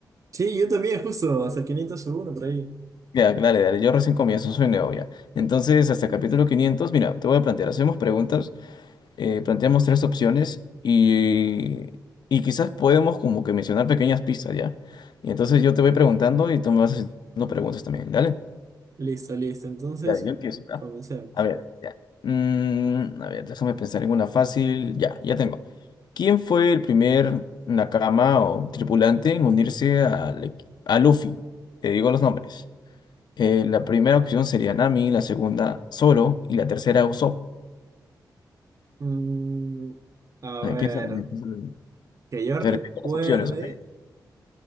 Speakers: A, on the right; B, on the left.
A: Sí, yo también, justo, hasta 501 por ahí.
B: Ya, claro, dale, yo recién comienzo, soy nuevo ya. Entonces, hasta el capítulo 500 mira, te voy a plantear, hacemos preguntas. eh, planteamos tres opciones y, y quizás podemos como que mencionar pequeñas pistas, ¿ya? Y entonces yo te voy preguntando y tú me vas haciendo preguntas también, dale.
A: Listo, listo. Entonces,
B: Ya, yo empiezo, ¿ya?
A: comencemos.
B: A ver, ya. Mm, a ver, déjame pensar en una fácil. Ya, ya tengo. ¿Quién fue el primer Nakama o tripulante en unirse al equi- a Luffy? Te digo los nombres. Eh, la primera opción sería Nami, la segunda Zoro y la tercera Usopp.
A: Mm, a
B: Eh,
A: ver,
B: piénsalo bien, piénsalo bien.
A: que yo
B: Te
A: recuerde.
B: repito las opciones, ¿ok?